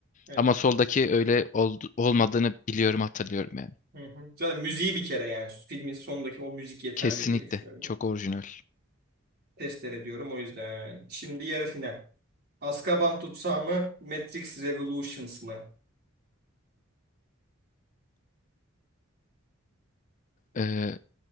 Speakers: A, on the right; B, on the left.
A: Evet.
B: Ama soldaki öyle oldu- olmadığını biliyorum hatırlıyorum yani.
A: Hı hı. Zaten müziği bir kere yani filmin sondaki o müzik yeterli
B: Kesinlikle
A: diye düşünüyorum.
B: çok
A: ben.
B: orijinal.
A: Testere ediyorum o yüzden. Şimdi yarı final. Azkaban tutsağı mı? Matrix Revolutions mı?
B: E,